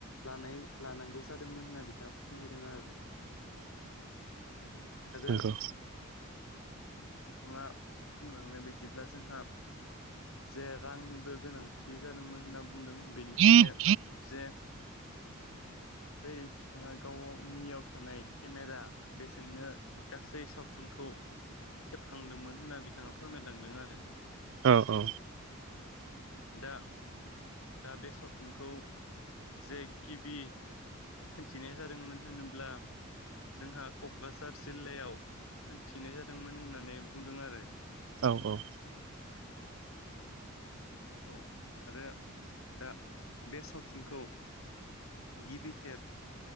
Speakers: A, on the left; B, on the right.
A: लानाय लानांगौ जादोंमोन होनना बिथाङा फोरमायदों आरो आरो
B: नंगौ
A: बिथाङा बुंलांनाय बायदिब्ला जोंहा जे रांनिबो गोनांथि जादोंमोन होनना बुंदों बेनिखायनो
B: औ औ
A: जे बै बिथाङा गावनियाव थानाय केमेरा बेजोंनो गासै सावथुनखौ सेबखांदोंमोन होनना बिथाङा फोरमायलांदों आरो
B: औ औ
A: दा दा बे सावथुनखौ जे गिबि खोनन्थिनाया जादोंमोन होनोब्ला जोंहा क'क्राझार जिल्लायाव खोनथिनाय जादोंमोन होननानै बुंदों आरो
B: औ औ
A: औ आरो दा बे सावथुनखौ गिबि खेब